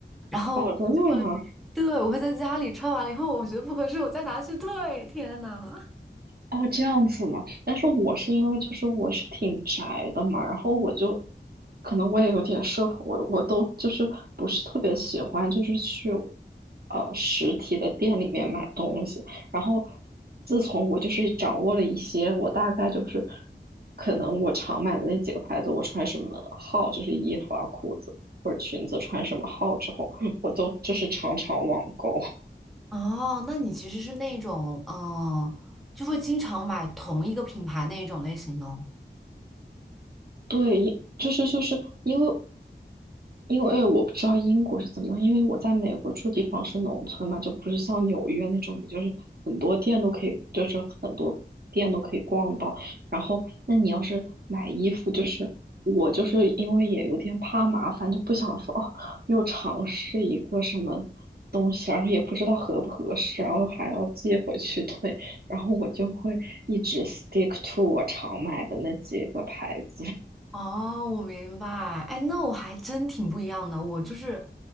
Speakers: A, in the centre; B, on the right.
A: 然后我就会对我会在家里穿完了以后，
B: 哦，真的吗？
A: 我觉得不合适，我再拿去退。天呐
B: 哦，这样子嘛。但是我是因为就是我是挺宅的嘛，然后我就可能我也有点社恐，我我都就是不是特别喜欢就是去呃实体的店里面买东西。然后自从我就是掌握了一些，我大概就是可能我常买的那几个牌子，我穿什么号就是衣服啊、裤子或者裙子穿什么号之后，我都就是常常网购。
A: <laughs>！哦，那你其实是那种嗯、呃就会经常买同一个品牌那一种类型的哦。
B: 对，因就是就是因为因为我不知道英国是怎么样，因为我在美国住地方是农村嘛，就不是像纽约那种，你就是很多店都可以，就是很多店都可以逛到。然后，那你要是买衣服，就是我就是因为也有点怕麻烦，就不想说哦，又尝试一个什么东西，然后也不知道合不合适，然后还要寄回去退，然后我就会一直 stick to 我常买的那几个牌子。
A: 哦，我明白。哎，那我还真挺不一样的。我就是